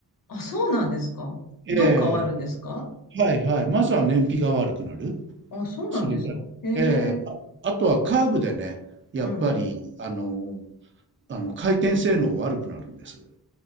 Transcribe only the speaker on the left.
あ、そうなんですか。
どう変わるんですか
あ、そうなんですか。
へえ。
うん。